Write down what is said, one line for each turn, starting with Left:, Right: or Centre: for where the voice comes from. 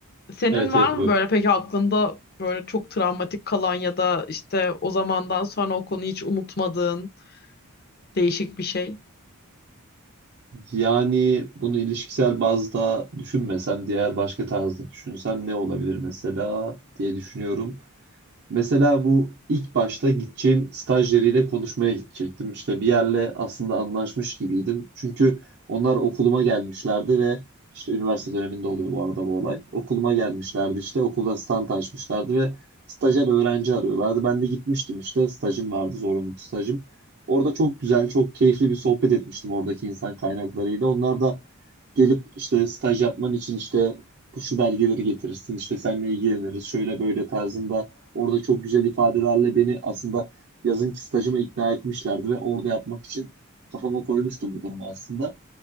Left: Senin
Right: Evet
Left: var
Right: evet o
Left: mı böyle peki aklında böyle çok travmatik kalan ya da işte o zamandan sonra o konuyu hiç unutmadığın değişik bir şey?
Right: Yani bunu ilişkisel bazda düşünmesem, diğer başka tarzda düşünsem ne olabilir mesela diye düşünüyorum. Mesela bu ilk başta gideceğim stajyeriyle konuşmaya gidecektim. İşte bir yerle aslında anlaşmış gibiydim. Çünkü onlar okuluma gelmişlerdi ve işte üniversite döneminde oluyor bu arada bu olay. Okuluma gelmişlerdi işte okulda stand açmışlardı ve stajyer öğrenci arıyorlardı. Ben de gitmiştim işte stajım vardı zorunlu stajım. Orada çok güzel çok keyifli bir sohbet etmiştim oradaki insan kaynaklarıyla. Onlar da gelip işte staj yapman için işte şu belgeleri getirirsin işte seninle ilgileniriz şöyle böyle tarzında Orada çok güzel ifadelerle beni aslında yazınki stajıma ikna etmişlerdi ve orada yapmak için kafama koymuştum bu durumu aslında.